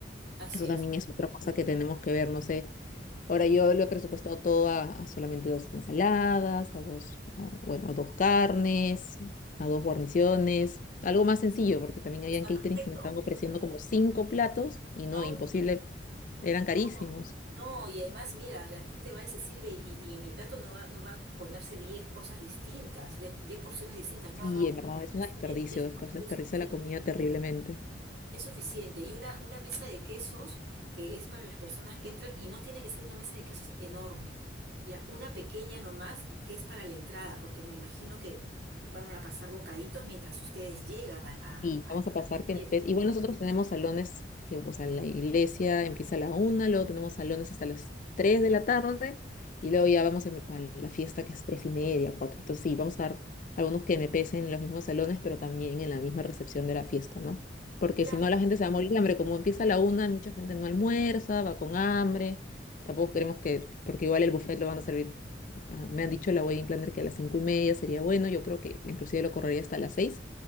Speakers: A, on the right (about 60°); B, on the left (about 45°).
A: así
B: Eso también
A: es,
B: es otra cosa que tenemos que ver. No sé, Ahora yo lo he presupuestado todo a, a solamente dos ensaladas, a dos, a- bueno, a dos carnes, a dos guarniciones, algo más sencillo, porque también habían
A: está
B: caterings
A: perfecto.
B: que me estaban ofreciendo como cinco platos y no,
A: No,
B: imposible, eran
A: no,
B: carísimos.
A: no, y además, mira, la gente va y se sirve y, y en el plato no va, no va a ponerse 10 cosas distintas, de- 10 porciones distintas,
B: Sí,
A: no, no.
B: en verdad es un
A: Estoy
B: desperdicio,
A: bien que es
B: después desperdicia
A: suficiente.
B: la comida terriblemente.
A: Es suficiente. Y una, una mesa de quesos que es para las personas que entran y no tiene que ser una mesa de quesos enorme. Ya, una pequeña nomás que es para la entrada, porque me imagino que van a pasar bocaditos mientras ustedes llegan a, a,
B: Y
A: a-
B: vamos
A: a la
B: a pasar
A: fiesta.
B: que después, igual nosotros tenemos salones que, o sea, la iglesia empieza a la una, luego tenemos salones hasta las 3 de la tarde y luego ya vamos a, a la fiesta que es tres y media, cuatro. Entonces sí, vamos a dar algunos que me pesen en los mismos salones, pero también en la misma recepción de la fiesta, ¿no? Porque
A: Claro.
B: si no la gente se va a morir de hambre, como empieza a la una, mucha gente no almuerza, va con hambre. Tampoco queremos que, porque igual el buffet lo van a servir, ah, me han dicho la wedding planner que a las cinco y media sería bueno, yo creo que inclusive lo correría hasta las seis